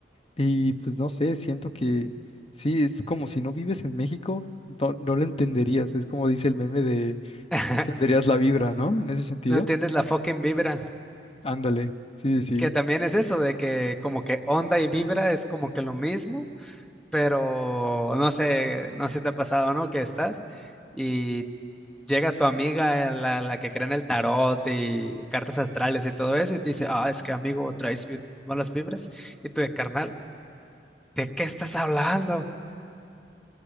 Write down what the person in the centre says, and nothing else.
<laughs>
No entiendes la fucking vibra.
Que también es eso, de que como que onda y vibra es como que lo mismo. pero no sé, no sé si te ha pasado, ¿no? Que estás y llega tu amiga, eh, la, la que cree en el tarot y cartas astrales y todo eso, y te dice, ah, es que amigo, traes bien malas vibras, y tú de carnal, ¿de qué estás hablando?